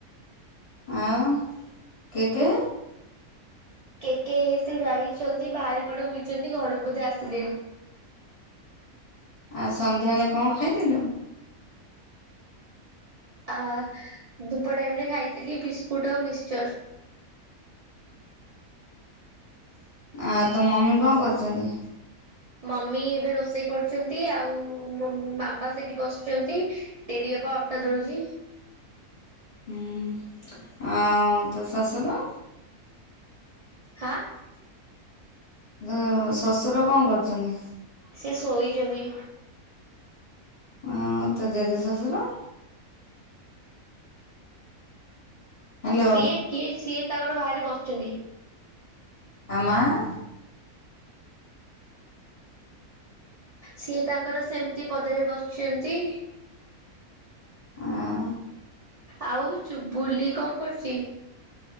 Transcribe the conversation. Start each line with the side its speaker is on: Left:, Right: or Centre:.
Left: ଆଉ କେ କେ
Right: କେ କେେ ସେ ଯାଇଛନ୍ତି ବାହାରେ କଆଡେ ବୁଲଛନ୍ତି ଘରକୁ ବୋଧେ ଆସିଲେଣିି
Left: ଆଉ ସନ୍ଧ୍ୟାବେଳେ କଣ ଖାଇଥିଲୁ?
Right: ଆ ଧୂପ ଟାଇମ ରେ ଖାଇଥିଲି ବିସ୍କୁଟ ଆଉ ମିକ୍ଚର।
Left: ଆ ତୋ ମମି କଣ କରୁଚନ୍ତି?
Right: ମମି ଏବେ ରୋଷେଇ କରୁଚନ୍ତି, ଆଉ ମାମା ସେଇଠି ବସିଚନ୍ତି। ଟେରି ଅପା ଅଟା ଦଳୁଛି।
Left: ହୁଁ ଆଉ ତୋ ଶଶୁର?
Right: ହାଁ!
Left: ଗଁ-ଅଁ, ଶଶୁର କଣ କରୁଚନି?
Right: ସେ ଶୋଇଚନ୍ତି।
Left: ଆଁ ତ ଜେଜେ ଶ୍ୱଶୁର! ହ୍ୟାଲୋ
Right: ସିଏ କିଏ? ସିଏ ତାଙ୍କର ବାହାରେ ବସିଚନ୍ତି।
Left: ଆ, ମାଆ-ଆ?
Right: ସିଏ ତାଙ୍କର ସେମିତି ପଦାରେ ବସଚନ୍ତି।
Left: ଆଉଁ।
Right: ଆଉ ଚୁବୁଲି କଣ କରୁଚି?